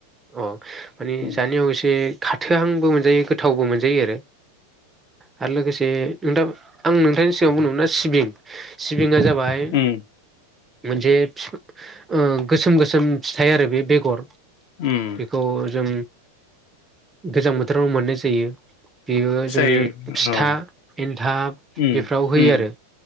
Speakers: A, on the right; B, on the left.
A: अ माने
B: उम
A: जानायाव एसे खाथोहांबो मोनजायो गोथावबो मोनजायो आरो आरो लोगोसे नों दा आं नोंथांनि सिगाङाव बुंदोंमोनना सिबिं सिबिङा जाबाय
B: उम
A: मोनसे फिफां- ओ गोसोम गोसोम फिथाइ आरो बे बेगर
B: उम
A: बेखौ जों गोजां बोथोराव मोननाय जायो बेयो जोंनि
B: जायो
A: फिथा
B: औ
A: एन्थाब
B: उम
A: बेफोराव होयो
B: उम
A: आरो